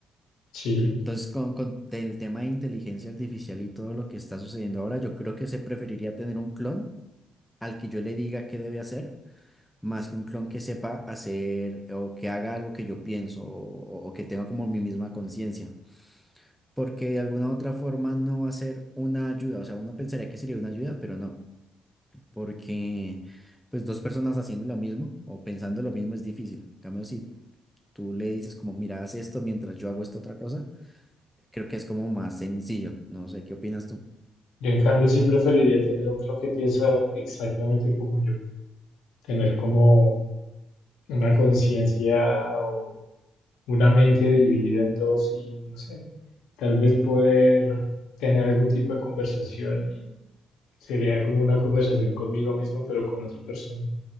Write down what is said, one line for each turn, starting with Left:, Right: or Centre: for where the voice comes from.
Left: Sí,
Centre: Entonces, con, con el tema de inteligencia artificial y todo lo que está sucediendo ahora, yo creo que se preferiría tener un clon al que yo le diga qué debe hacer, más que un clon que sepa hacer o que haga algo que yo pienso o, o que tenga como mi misma conciencia. Porque de alguna u otra forma no va a ser una ayuda. O sea, uno pensaría que sería una ayuda, pero no. Porque pues dos personas haciendo lo mismo o pensando lo mismo es difícil. En cambio, si tú le dices como, mira, haz esto mientras yo hago esta otra cosa, creo que es como más sencillo. No sé, ¿qué opinas tú?
Left: yo en cambio sí preferiría tener un clon que piensa exactamente como yo. tener como una conciencia o una mente dividida en dos y no sé, tal vez poder tener algún tipo de conversación y sería como una conversación conmigo mismo, pero con otra persona.